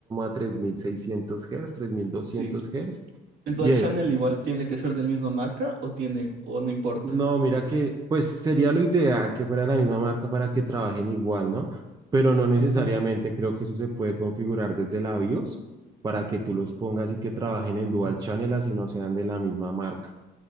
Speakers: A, on the right (about 20°); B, on the right (about 60°).
A: 3.3600 Hz, tres mil doscientos
B: sí.
A: Hz.
B: ¿El Dual
A: Y es
B: Channel igual tiene que ser del mismo marca o tiene, o no importa?
A: No, mira que, pues sería lo ideal que fuera la misma marca para que trabajen igual, ¿no? Pero no necesariamente
B: Ajá.
A: creo que eso se puede configurar desde la BIOS para que tú los pongas y que trabajen en dual channel, así no sean de la misma marca.